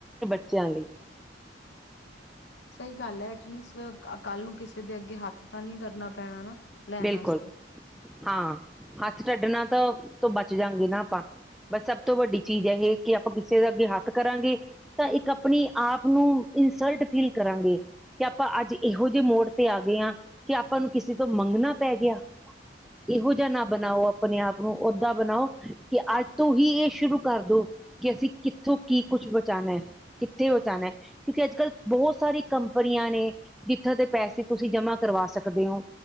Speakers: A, in the centre; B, on the left.
A: ਬੱਚੇ ਲਈ
B: ਸਹੀ ਗੱਲ ਹੈ ਐਟਲੀਸਟ ਕੱਲ ਨੂੰ ਕਿਸੇ ਦੇ ਅੱਗੇ ਹੱਥ ਤਾਂ ਨਹੀਂ ਕਰਨਾ ਪੈਣਾ ਨਾ ਲੈਣ
A: ਬਿਲਕੁਲ
B: ਵਾਸਤੇ।
A: ਹਾਂ ਹੱਥ ਅਡਣਾ ਤੋਂ ਬਚ ਜਾਂਗੇ ਨਾ ਆਪਾਂ ਬਸ ਸਭ ਤੋਂ ਵੱਡੀ ਚੀਜ਼ ਇਹ ਕਿ ਆਪਾਂ ਕਿਸੇ ਦਾ ਅੱਗੇ ਹੱਥ ਕਰਾਂਗੇ ਤਾਂ ਇੱਕ ਆਪਣੀ ਆਪ ਨੂੰ ਇਨਸਲਟ ਫੀਲ ਕਰਾਂਗੇ ਕਿ ਆਪਾਂ ਅੱਜ ਇਹੋ ਜਿਹੇ ਮੋੜ ਤੇ ਆ ਗਏ ਹਾਂ ਕਿ ਆਪਾਂ ਨੂੰ ਕਿਸੇ ਤੋਂ ਮੰਗਣਾ ਪੈ ਗਿਆ ਇਹੋ ਜਿਹਾ ਨਾ ਬਣਾਓ ਆਪਣੇ ਆਪ ਨੂੰ ਓਦਾਂ ਬਣਾਓ ਕਿ ਅੱਜ ਤੋਂ ਹੀ ਇਹ ਸ਼ੁਰੂ ਕਰ ਦੋ ਕਿ ਅਸੀਂ ਕਿੱਥੋਂ ਕੀ ਕੁੱਛ ਬਚਾਉਣਾ ਹੈ ਕਿੱਥੇ ਬਚਾਉਣਾ ਕਿਉਂਕਿ ਅੱਜ ਕੱਲ੍ਹ ਬਹੁਤ ਸਾਰੀ ਕੰਪਨੀਆਂ ਨੇ ਜਿੱਥੋਂ ਦੇ ਪੈਸੇ ਤੁਸੀਂ ਜਮ੍ਹਾਂ ਕਰਵਾ ਸਕਦੇ ਹੋ